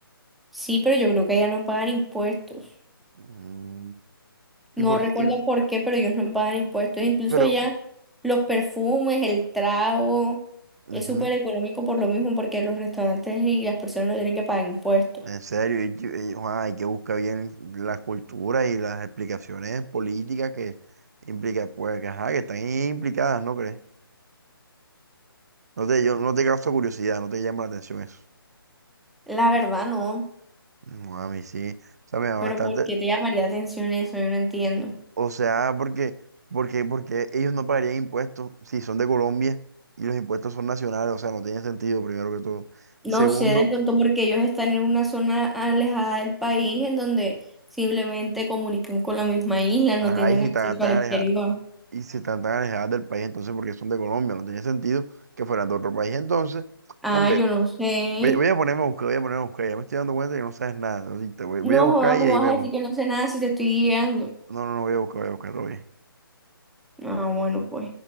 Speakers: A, in the centre; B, on the right (about 45°).
A: Sí, pero yo creo que allá no pagan impuestos.
B: Mm, ¿Y
A: No
B: por
A: recuerdo
B: qué? Y-
A: por qué, pero ellos no pagan impuestos. Incluso
B: pero,
A: allá los perfumes, el trago,
B: ujú,
A: es súper económico por lo mismo, porque los restaurantes y las personas no tienen que pagar impuestos.
B: en serio, y- y- ah, hay que buscar bien las culturas y las explicaciones políticas que implica, pues, que, ajá, que están implicadas, ¿no crees? No te, yo, no te causa curiosidad, no te llama la atención eso.
A: La verdad no,
B: No, a mí sí. O sea, me llama
A: pero
B: bastante.
A: ¿por qué te llamaría atención eso? Yo no entiendo.
B: O sea, porque, porque, porque ellos no pagarían impuestos si son de Colombia y los impuestos son nacionales. O sea, no tiene sentido, primero que todo.
A: No
B: Segundo,
A: sé, de pronto porque ellos están en una zona alejada del país en donde simplemente comunican con la misma isla,
B: ajá,
A: no tienen
B: y si
A: acceso
B: están tan
A: al exterior.
B: alejadas, y si están tan alejadas del país, entonces porque son de Colombia, no tiene sentido que fueran de otro país. Entonces,
A: Ah,
B: hombre,
A: yo no sé.
B: voy, voy a ponerme a buscar, voy a ponerme a buscar. Ya me estoy dando cuenta que no sabes nada. así que te voy, voy
A: No,
B: a buscar
A: joda,
B: y
A: ¿cómo
B: ahí
A: vas
B: vemos.
A: a decir que no sé nada si te estoy guiando?
B: No, no, no, voy a buscar, voy a buscar, oye.
A: Ah, bueno, pues.